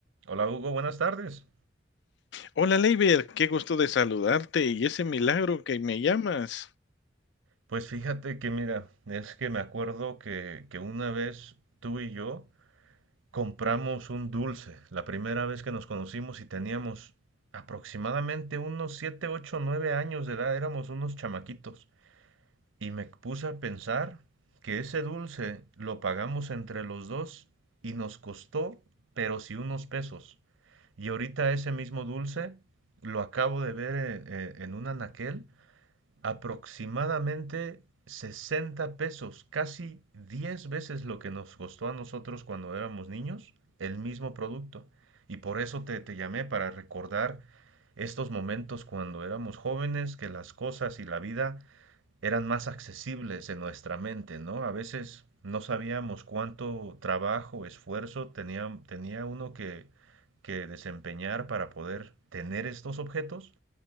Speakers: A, on the right (about 85°); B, on the left (about 60°).
A: Hola Hugo, buenas tardes.
B: Hola, Leiber, qué gusto de saludarte y ese milagro que me llamas.
A: Pues fíjate que mira, es que me acuerdo que, que una vez tú y yo compramos un dulce, la primera vez que nos conocimos y teníamos aproximadamente unos 7, 8, 9 años de edad, éramos unos chamaquitos. Y me puse a pensar que ese dulce lo pagamos entre los dos y nos costó, pero sí unos pesos. Y ahorita ese mismo dulce lo acabo de ver en, en en un anaquel aproximadamente 60 pesos, casi 10 veces lo que nos costó a nosotros cuando éramos niños, el mismo producto. Y por eso te, te llamé para recordar estos momentos cuando éramos jóvenes, que las cosas y la vida eran más accesibles en nuestra mente, ¿no? A veces no sabíamos cuánto trabajo, esfuerzo tenía, tenía uno que, que desempeñar para poder tener estos objetos